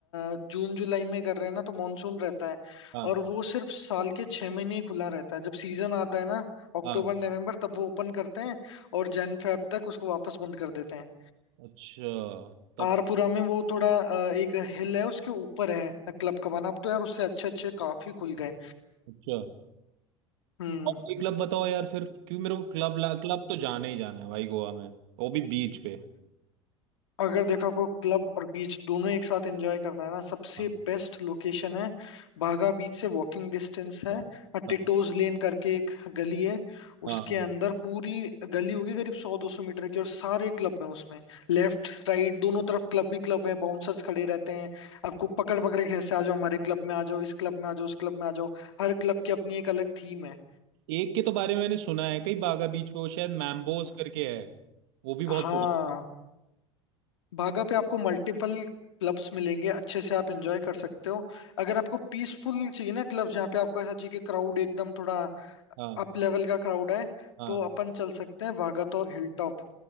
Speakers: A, on the left; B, on the right.
A: अ, जून जुलाई में कर रहे हैं ना तो मानसून रहता है
B: हाँ
A: और वो सिर्फ साल के छह महीने ही खुला रहता है जब सीजन आता है ना अक्टूबर
B: हाँ
A: नवंबर तब वो ओपन करते हैं और जन फेब तक उसको वापस बंद कर देते हैं
B: अच्छा तब
A: आरपुरा में वो थोड़ा अ, एक हिल है उसके ऊपर है क्लब का बना अब तो यार उससे अच्छे अच्छे काफी खुल गए
B: अच्छा
A: हम्म
B: और कोई क्लब बताओ यार फिर क्योंकि मेरे को क्लब क्लब तो जाना ही जाना है भाई गोवा में वो भी बीच पे
A: अगर देखो आपको क्लब और बीच दोनों एक साथ एंजॉय करना है ना सबसे
B: हाँ
A: बेस्ट लोकेशन है बागा बीच से वॉकिंग डिस्टेंस है
B: हाँ
A: टिटोज लेन करके एक गली है
B: हाँ।
A: उसके अंदर पूरी गली होगी करीब सौ दो सौ मीटर की और सारे क्लब हैं उसमें लेफ्ट राइट दोनों तरफ क्लब ही क्लब है बाउंसर्स खड़े रहते हैं आपको पकड़ पकड़ के खींचते आ जाओ हमारे क्लब में आ जाओ इस क्लब में आ जाओ उस क्लब में आ जाओ हर क्लब की अपनी एक अलग थीम है
B: एक के तो बारे में मैंने सुना है कई बागा बीच पे वो शायद मैम्बोज करके है वो भी बहुत
A: हाँ
B: बड़ी
A: भागा पे आपको मल्टीपल क्लब्स मिलेंगे अच्छे से आप एंजॉय कर सकते हो अगर आपको पीसफुल चाहिए ना क्लब्स जहाँ पे आपको ऐसा चाहिए कि क्राउड एकदम थोड़ा
B: हाँ
A: अप लेवल का क्राउड है
B: हाँ
A: तो अपन चल सकते हैं वागातोर हिल टॉप